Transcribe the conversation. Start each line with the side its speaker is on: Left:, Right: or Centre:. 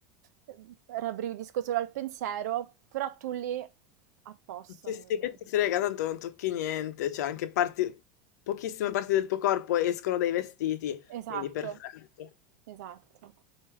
Right: eh, rabbrividisco solo al pensiero, però tu lì a posto.
Left: Sì,
Right: non-
Left: sì,
Right: non-
Left: che ti frega, tanto non tocchi niente, cioè anche parti, pochissime parti del tuo corpo escono dai vestiti,
Right: Esatto,
Left: quindi perfetto.
Right: esatto.